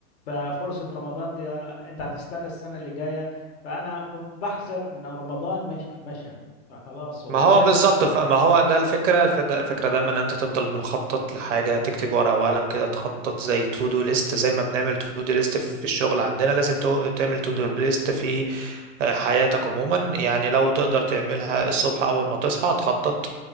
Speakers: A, on the left; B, on the right.
A: ففرصة رمضان دي آه، انت هتستنى السنة اللي جاية فانا كنت بحزن ان رمضان مش مشى فخلاص وكذلك
B: ما هو بالظبط ف- ما هو ده الفكرة الفد- الفكرة دايما ان انت تفضل مخطط لحاجة تكتب ورقة وقلم كده تخطط زي تو دو ليست زي ما بنعمل تو دو ليست في الشغل عندنا لازم تو- تعمل تو دو ليست في آه، حياتك عموما يعني لو تقدر تعملها الصبح اول ما تصحى تخطط